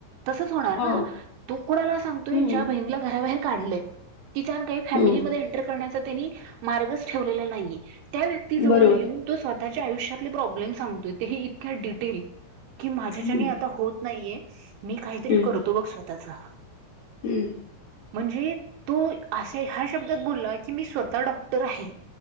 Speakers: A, on the right (about 75°); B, on the left (about 55°).
A: तसच होणार
B: हो
A: ना तू कुणाला सांगतोय
B: हम्म
A: ज्या बहिणीला घराबाहेर काढलय? तिच्या न काही फॅमिलीमध्ये
B: हम्म
A: एंटर करण्याचा त्यांनी मार्गच ठेवलेला नाही त्या व्यक्ती जवळ
B: बरोबर
A: येऊन स्वतःच्या आयुष्यात ले प्रोब्लेम सांगतोय ते ही इतक्या डिटेल. की माझ्या
B: हम्म
A: च्या नी आता होत नाहीये. मी काहीतरी
B: हम्म
A: करतो बघ स्वतःचा.
B: हम्म.
A: म्हणजे तू असे ह्या शब्दात बोलला की मी स्वतः डॉ डॉक्टर आहे